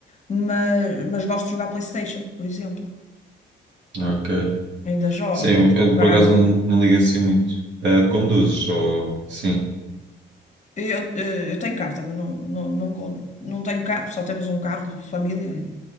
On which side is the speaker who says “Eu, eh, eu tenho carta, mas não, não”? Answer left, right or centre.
Left